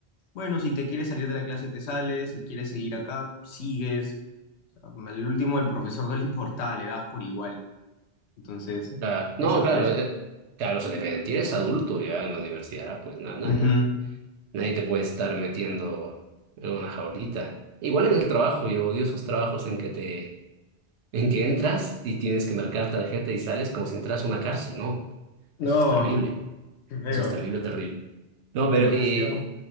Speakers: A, on the left; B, on the right.
A: bueno, si te quieres salir de la clase, te sales, si quieres seguir acá, sigues. Al último, el profesor no le importa, le das por igual. Entonces,
B: O sea, no,
A: eso
B: claro,
A: pues.
B: eh, claro, eso depende. Si eres adulto ya en la universidad, pues na- na-
A: Ujú.
B: no, nadie te puede estar metiendo en una jaulita. Igual en el trabajo, yo odio esos trabajos en que te en que entras y tienes que marcar tarjeta y sales como si entras a una cárcel. No,
A: No,
B: eso es terrible.
A: qué feo,
B: Eso es terrible, terrible. No,
A: demasiado.
B: pero eh,